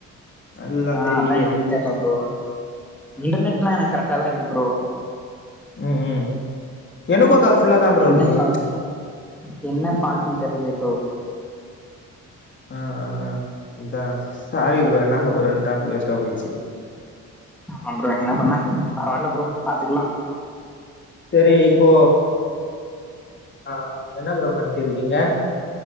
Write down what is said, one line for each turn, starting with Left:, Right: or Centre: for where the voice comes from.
Left: அதுக்கு தா
Centre: ஆ
Left: தெர்லியே
Centre: அதா எனக்கு தெர்ல ப்ரோ இன்டர்நெட்லா எனக்கு கரெக்டா தா இருக்கு ப்ரோ
Left: ம் ம் எனக்கோ தா ஃபுல்லா தா ப்ரோ
Centre: என்ன
Left: இருக்கு
Centre: ஃபால்ட்டுன் என்ன ஃபால்ட்டுன் தெர்லியே ப்ரோ
Left: ஆ ஆ அதுதா சாரி ப்ரோ என்னால ஒரு ரெண் டாஸ்க் வேஸ்ட்டா போச்சு
Centre: ஆம் ப்ரோ என்ன பண்ண பரவாயில்ல ப்ரோ பாத்துக்கலா
Left: செரி இப்போ அ என்ன ப்ரோ பண்ணிட்டு இருக்கீங்க